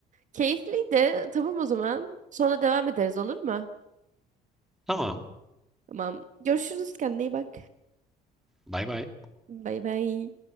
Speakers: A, on the right; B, in the centre.
A: keyifliydi. Tamam o zaman. Sonra devam ederiz olur mu?
B: Tamam.
A: Tamam. Görüşürüz. Kendine iyi bak.
B: Bay bay.
A: Bay bay.